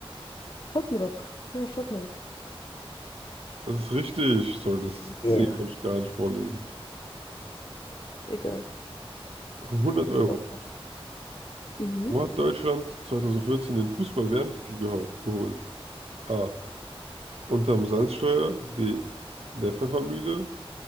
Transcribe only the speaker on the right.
Das ist richtig. Sorry, das
C
konnte ich gar nicht vorlesen.
100 Euro.
Wo hat Deutschland 2014 den Fußball-WM-Titel geho geholt? A. Unterm Salzsteuer. D. In der Pfeffermühle.